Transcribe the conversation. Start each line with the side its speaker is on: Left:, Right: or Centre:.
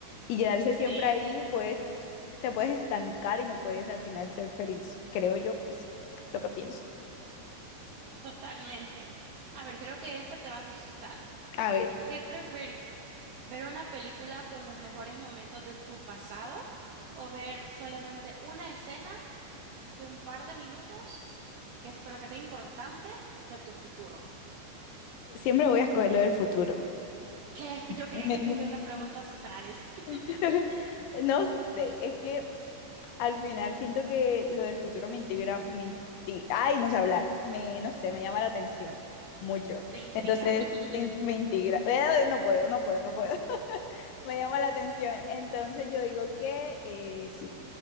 Left: Y quedarse
Right: Sí,
Left: siempre ahí, pues te puedes estancar y no puedes al final ser feliz, creo yo, pues lo que pienso.
Right: totalmente. A ver, creo que esta te va a gustar.
Left: A ver,
Right: ¿Qué preferís? ¿Ver una película con los mejores momentos de tu pasado o ver solamente una escena de un par de minutos, que, es- pero que sea importante, de tu futuro?
Left: siempre voy a escoger lo del futuro.
Right: ¿Qué? Yo quería
Left: Tremendo.
Right: que te hiciera una pregunta astral. <laughs>
Left: <laughs> No sé, es que al final siento que lo del futuro me integra, me inti- ay, no sé hablar, me, no sé, me llama la atención mucho.
Right: Te intriga.
Left: Entonces
Right: <laughs>
Left: te in- me integra, eh, no puedo, no puedo, no puedo, <laughs> me llama la atención. Entonces yo digo que eh, sí,